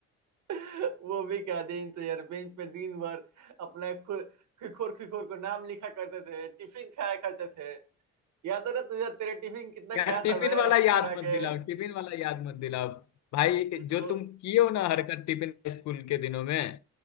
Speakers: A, on the right; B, on the left.
A: वो भी क्या दिन तो यार बेंच पे दिन भर अपना खु- खिखोर खिखोर को नाम लिखा करते थे टिफिन खाया करते थे याद है ना तुझे तेरे टिफिन कितना
B: यार
A: खाया
B: टिफिन
A: था मैं
B: वाला याद
A: चुरा
B: मत
A: के
B: दिलाओ टिफिन वाला याद मत दिलाओ भाई
A: तो
B: जो तुम किए हो ना हरकत टिफिन स्कूल के दिनों में